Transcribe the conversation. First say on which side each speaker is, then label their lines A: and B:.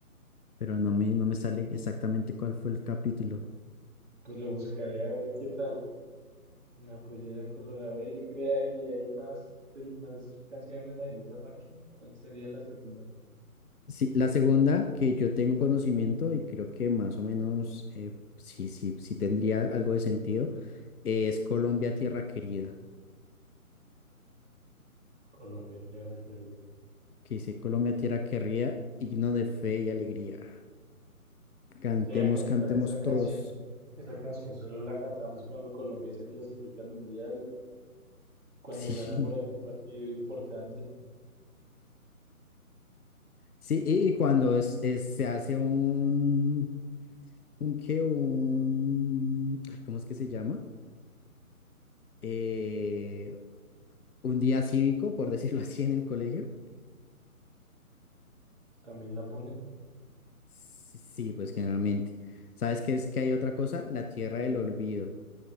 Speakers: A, on the left; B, on the right.
A: pero no me, no me sale exactamente cuál fue el capítulo.
B: Pues lo buscaré a ver qué tal. La pollera colorada, ve, yo creo, y hay más, pel- más canciones en ese ranking. ¿Cuál sería la segunda?
A: Sí, la segunda que yo tengo conocimiento y creo que más o menos eh, sí, sí, sí tendría algo de sentido, eh, es Colombia Tierra Querida,
B: Colombia, tierra querida.
A: que dice Colombia Tierra Querida, himno de fe y alegría. Cantemos,
B: Sí, acá- esa,
A: cantemos
B: esa canción,
A: todos. <laughs>
B: esa canción solo la cantamos cuando Colombia se clasifica al mundial, cuando
A: Sí,
B: gana por ahí un partido importante,
A: sí, y, y cuando es, es- se hace un, un qué, un, ay, ¿cómo es que se llama? Eh, un día cívico, por decirlo <laughs> así, en el colegio.
B: también la ponen.
A: Sí, sí, pues generalmente. ¿Sabes qué es que hay otra cosa? La Tierra del Olvido,